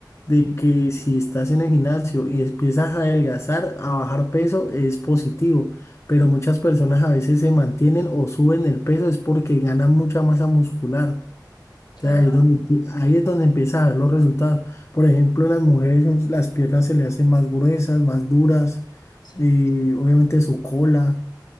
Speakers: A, on the left; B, on the left.
A: de que si estás en el gimnasio y empiezas a adelgazar, a bajar peso, es positivo, pero
B: Sí,
A: muchas personas a veces se mantienen o suben el peso es porque ganan mucha masa muscular.
B: claro,
A: Entonces, Ahí es donde, ahí es donde empieza a ver los resultados. Por ejemplo, en las mujeres en- las piernas se le hacen más gruesas, más duras,
B: sí.
A: y obviamente su cola.